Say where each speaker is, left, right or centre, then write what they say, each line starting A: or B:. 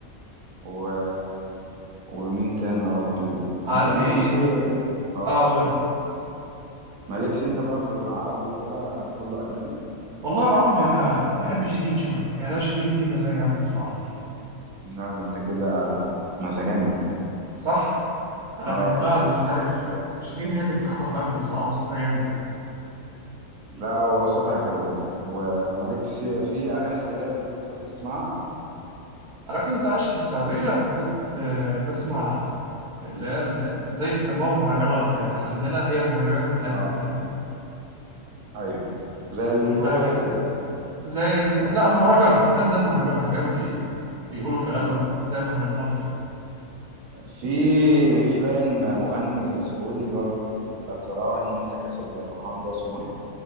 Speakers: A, on the right; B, on the right.
A: و... ومين تاني يا ربي
B: عندي
A: انت مالكش اه
B: آه أقول
A: قول تاني مالكش انت بقى في العربي وكده كله اجنبي
B: والله العربي أنا بحب شيرين شوية يعني أنا شيرين دي مزاج عندي في العربي
A: لا ده انت كده مزاجنجي
B: صح؟ أنا
A: اه
B: بحبها مش عارف آه، شيرين هي اللي بتخطف قلبي بصراحة صوتها جامد
A: لا هو صوتها حلو برضه ومالكش في اغاني خليجيه بتحب تسمعها
B: انا كنت عايش في السعوديه فكنت آه، بسمع اللي هي ال- زي بيسموها مهرجانات يعني عندنا هي المهرجانات بتاعتهم
A: اه
B: فاهمني
A: ايوه زي
B: كنت
A: الموال
B: بحبها جدا
A: كده هنا
B: زي الم... لا مهرجان حرفيا زي المهرجان هتلاقيهم بي... بيقولوا كلام
A: اه
B: زي مهرجانات كده
A: في في باين مغني سعودي اللي هو بيقول لا تراه ان وانت كاسب للرهان ده اسمه ايه